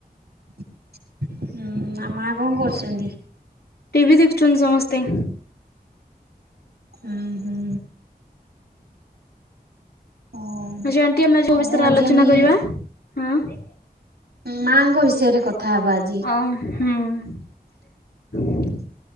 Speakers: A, on the right; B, on the left.
A: <inaudible> ହୁଁ ମା ମା କଣ କରୁଛନ୍ତି?
B: ଟିଭିି ଦେଖୁଛନ୍ତି ସମସ୍ତେ।
A: ହୁଁ ହୁଁ। ହଉ।
B: ଆଜି ଆଣ୍ଟି ଆମେ କୋଉ
A: ହଉ
B: ବିଷୟରେ
A: ଆଜି
B: ଆଲୋଚନା
A: ଆମେ
B: କରିବା ହଁ
A: ମାଙ୍କ ବିଷୟରେ କଥା ହବା ଆଜି।
B: ଅ ହୁଁ। <inaudible>